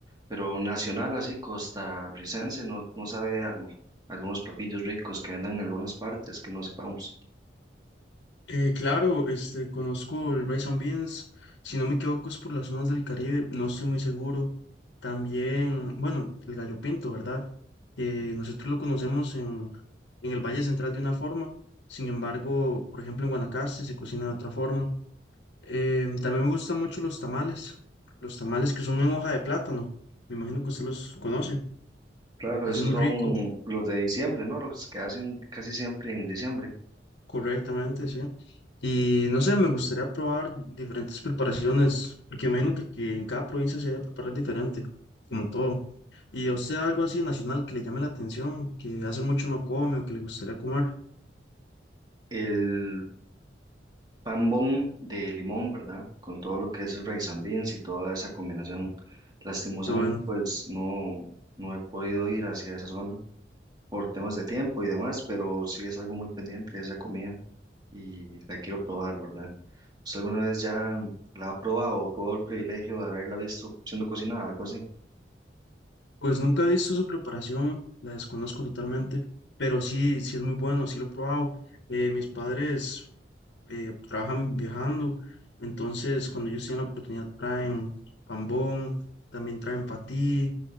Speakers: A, on the right; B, on the left.
A: Pero nacional, así, costarricense, no, no sabe algo. Algunos platillos ricos que andan en algunas partes que no sepamos.
B: eh, claro, este, conozco el rice and beans. Si no me equivoco, es por las zonas del Caribe, no estoy muy seguro. También, bueno, el gallo pinto, ¿verdad? Que nosotros lo conocemos en, en el Valle Central de una forma. Sin embargo, por ejemplo, en Guanacaste se cocina de otra forma. Em, también me gustan mucho los tamales, los tamales que son en hoja de plátano. Me imagino que usted los conoce.
A: Claro,
B: Es
A: esos
B: muy
A: son
B: rico,
A: los de diciembre, ¿no? Los que hacen casi siempre en diciembre.
B: correctamente, sí. Y no sé, me gustaría probar diferentes preparaciones, porque imagino que, que en cada provincia se debe preparar diferente, como todo. ¿Y a usted algo así nacional que le llame la atención, que hace mucho no come o que le gustaría comer?
A: El Pan Pambón de limón, ¿verdad? Con todo lo que es el rice and beans y toda esa combinación. Lastimosamente,
B: qué bueno,
A: pues no, no he podido ir hacia esa zona por temas de tiempo y demás, pero sí es algo muy pendiente esa comida y la quiero probar, ¿verdad? ¿Usted alguna vez ya la ha probado o tuvo el privilegio de haberla visto siendo cocinada, algo así?
B: pues nunca he visto su preparación, la desconozco totalmente, pero sí, sí es muy bueno, sí lo he probado. Eh, mis padres eh, trabajan viajando. Entonces, cuando ellos tienen la oportunidad, traen pambón, también traen patí,